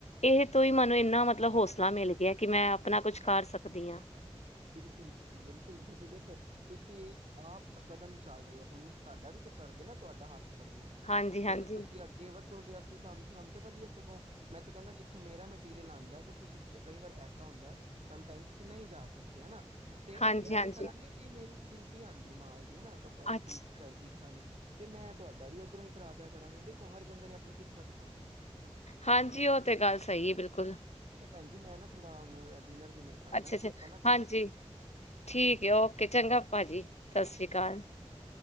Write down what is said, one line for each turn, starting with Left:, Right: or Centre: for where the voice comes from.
Left: ਇਹ ਤੋਂ ਹੀ ਮੈਨੂੰ ਇੰਨਾ ਮਤਲਬ ਹੌਸਲਾ ਮਿਲ ਗਿਆ ਕਿ ਮੈਂ ਆਪਣਾ ਕੁਛ ਕਰ ਸਕਦੀ ਹਾਂ
Right: ਬਿਲਕੁਲ ਬਿਲਕੁਲ ਜਦੋਂ ਦੇਖੋ ਤੁਸੀਂ ਆਪ ਕਦਮ ਚੱਲ ਰਹੇ ਹੋ ਹੁਣ ਸਾਡਾ ਵੀ ਤਾਂ ਫਰਜ਼ ਹੈ ਨਾ ਤੁਹਾਡਾ ਹੱਥ ਪੜ੍ਹਨਾ
Left: ਹਾਂਜੀ-ਹਾਂਜੀ,
Right: ਦੇਖੋ ਤੁਸੀਂ ਅੱਗੇ ਵੱਧ ਹੋ ਗਿਆ ਸੀਂ ਤੁਹਾਨੂੰ, ਸਾਨੂ ਤੇ ਵਧੀਆ ਸਗੋਂ ਮੈਂ ਤੇ ਕਹਿੰਦਾ ਜਿੱਥੋਂ ਮੇਰਾ ਮਟੀਰੀਅਲ ਆਉਂਦਾ ਅਗਰ ਤੁਸੀਂ ਕਈ ਵਾਰ ਐਸਾ ਹੁੰਦਾ ਹੈ ਸਮ ਟਾਈਮ ਤੁਸੀਂ ਨਹੀਂ ਜਾ ਸਤਯ ਹੈਂ ਨਾ ਤੇ
Left: ਹਾਂਜੀ-ਹਾਂਜੀ,
Right: ਅਸੀਂ ਐਵੇਂ ਕਰਾਂਗੇ ਕਿ ਮੇਰੀ ਬਿਲਟੀ ਆਂਦੀ ਹੈ ਮਾਲ ਯੇ ਹੈ ਨਾ ਕੱਪੜਾ
Left: ਅੱਛ
Right: ਬੁਟੀਕ
Left: ਹਾਂਜੀ ਅੱਛਾ
Right: ਸਟਾਈਲ ਪੀਸਾਂ ਦੀ ਤੇ ਮੈਂ ਤੁਹਾਡਾ ਵੀ ਔਧਰੋਂ ਹੀ ਕਰਾ ਦਿਆ ਕਰਾਂਗਾ ਦੇਖੋ ਹਰ ਇੱਕ ਬੰਦੇ ਨੇ ਆਪਣੀ ਕਿਸਮਤ ਖਾਣੀ
Left: ਹਾਂਜੀ ਉਹ ਤੇ ਗੱਲ ਸਹੀ ਹੈ ਬਿਲਕੁਲ
Right: ਹਾਂਜੀ ਮੈਂ ਨਾ ਥੋੜਾ ਉਹਨਾ ਦਾ ਡਿਨਰ ਵਿਨਰ ਕਰਨਾ
Left: ਅੱਛਾ-ਅੱਛਾ,
Right: ਸੀ ਆਪ
Left: ਹਾਂਜੀ ਠੀਕ ਹੈ ਔਕੇ ਚੰਗਾ ਭਾਜੀ ਸਤਿ ਸ੍ਰੀ
Right: ਠੀਕ
Left: ਅਕਾਲ
Right: ਹੈ ਭੈਣ ਜੀ, ਓਕੇ।